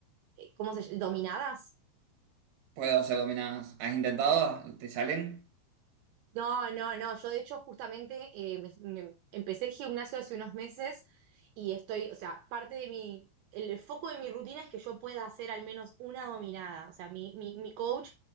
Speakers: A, on the right; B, on the right.
A: eh, ¿cómo se llama? Dominadas.
B: puedo hacer dominadas. ¿Has intentado? ¿Te salen?
A: No, no, no. Yo de hecho justamente eh, me- me- empecé el gimnasio hace unos meses y estoy, o sea, parte de mi, el, el foco de mi rutina es que yo pueda hacer al menos una dominada. O sea, mi, mi, mi coach